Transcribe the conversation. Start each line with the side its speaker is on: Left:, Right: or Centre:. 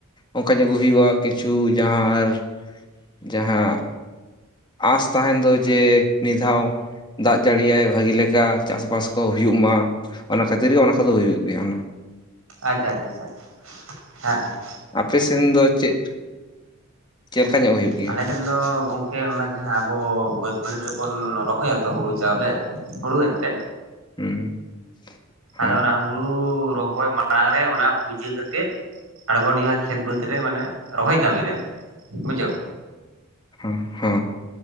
Left: ᱚᱱᱠᱟ ᱧᱚᱜ ᱜᱮ ᱦᱩᱭᱩᱜᱼᱟ ᱠᱤᱪᱷᱩ ᱡᱟᱦᱟᱸ ᱟᱨ ᱡᱟᱦᱟᱸ ᱟᱸᱥ ᱛᱟᱦᱮᱱ ᱫᱚ ᱡᱮ ᱢᱤᱫ ᱫᱷᱟᱣ ᱫᱟᱜ ᱡᱟᱹᱲᱤᱭᱟᱭ ᱵᱷᱟᱹᱜᱤ ᱞᱮᱠᱟ ᱪᱟᱥ ᱵᱟᱥ ᱠᱚ ᱦᱩᱭᱩᱜ ᱢᱟ᱾ ᱚᱱᱟ ᱠᱷᱟᱹᱛᱤᱨ ᱜᱮ ᱚᱱᱟ ᱠᱚᱫᱚ ᱦᱩᱭᱩᱜ ᱜᱮᱭᱟ ᱳᱱᱟ
Right: ᱟᱪᱪᱷᱟ ᱟᱪᱪᱷᱟ ᱪᱷᱟ ᱦᱮᱸ ᱦᱮᱸ
Left: ᱟᱯᱮᱥᱮᱱ ᱫᱚ ᱪᱮᱫ ᱪᱮᱫ ᱞᱮᱠᱟ ᱧᱚᱜ ᱦᱩᱭᱩᱜ ᱜᱮᱭᱟ
Right: ᱟᱞᱮ ᱴᱮᱱ ᱢᱮᱱ ᱫᱚ ᱜᱚᱝᱠᱮ ᱚᱱᱟ ᱡᱟᱦᱟᱸ ᱟᱵᱚ ᱵᱟᱹᱫᱽ ᱵᱟᱹᱭᱦᱟᱹᱲ ᱨᱮᱵᱚᱱ ᱨᱚᱦᱚᱭᱟᱛᱚ ᱦᱩᱲᱩ ᱪᱟᱣᱞᱮ ᱦᱩᱲᱩ ᱮᱱᱛᱮᱱ
Left: ᱦᱩᱸ ᱦᱚᱸ
Right: ᱟᱫᱚ ᱚᱱᱟ ᱦᱩᱲᱩ ᱨᱚᱦᱚᱭ ᱢᱟᱲᱟᱝ ᱨᱮ ᱚᱱᱟ ᱯᱩᱡᱟᱹ ᱠᱟᱛᱮᱜ ᱟᱬᱜᱚᱱ ᱦᱩᱭᱩᱜᱼᱟ ᱠᱷᱮᱛ ᱵᱟᱹᱫᱽ ᱨᱮ ᱢᱟᱱᱮ ᱨᱚᱦᱚᱭ ᱠᱟᱹᱢᱤ ᱨᱮ ᱮᱱᱛᱮ ᱵᱩᱡᱷᱟᱹᱣ
Left: ᱦᱩᱸ ᱦᱩᱻ